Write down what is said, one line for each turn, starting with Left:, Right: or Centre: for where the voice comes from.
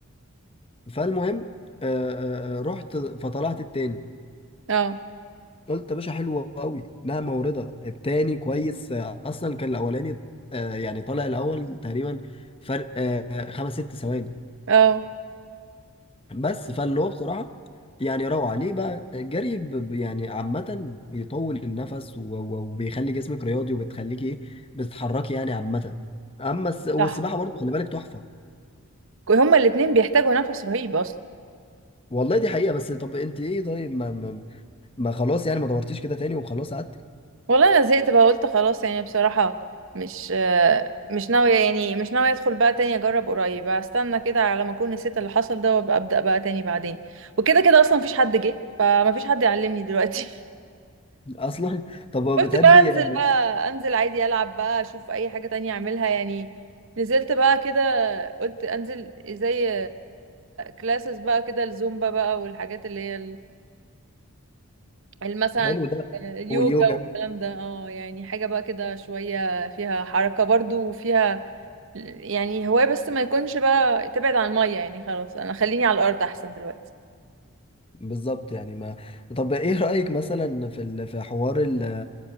Left: فالمهم آه، آه، آه، رحت فطلعت التاني
Right: اه
Left: قلت يا باشا حلوة قوي لها موردة التاني كويس آه، اصلا كان الاولاني آه، يعني طالع الاول تقريبا فرق آه، خمس ست ثواني
Right: اه
Left: بس فاللي هو بصراحة يعني روعة ليه بقى الجري ب- ب- يعني عامة بيطول النفس و- و- وبيخلي جسمك رياضي وبتخليكي ايه بتتحركي يعني عامة اما الس- والسباحة
Right: صح
Left: برضه خلي بالك تحفة
Right: هما الاتنين بيحتاجوا نفس رهيب اصلا
Left: والله دي حقيقة بس طب انت ايه طيب ما, ما, ما خلاص يعني ما دورتيش كده تاني وخلاص قعدتي
Right: والله انا زهقت بقى قلت خلاص يعني بصراحة مش آه، مش ناوية يعني مش ناوية ادخل بقى تاني اجرب قريب استنى كده على ما اكون نسيت اللي حصل ده وابقى ابدأ بقى تاني بعدين وكده كده اصلا مفيش حد جه فمفيش حد يعلمني دلوقتي
Left: اصلا
Right: <laughs>
Left: طب
Right: قلت
Left: بتحبي
Right: بقى انزل
Left: آه،
Right: بقى انزل عادي العب بقى اشوف اي حاجة تانية اعملها يعني نزلت بقى كده قلت انزل زي كلاسز بقى كده الزومبا بقى والحاجات اللي هي يعني مثلا
Left: حلو ده
Right: اليوجا
Left: واليوجا
Right: والكلام ده اه يعني حاجة بقى كده شوية فيها حركة برضو وفيها يعني هواية بس ما يكونش بقى تبعد عن المية يعني خلاص انا خليني على الارض احسن دلوقتي
Left: بالظبط يعني ما طب ايه رأيك مثلا في ال... في حوار ال...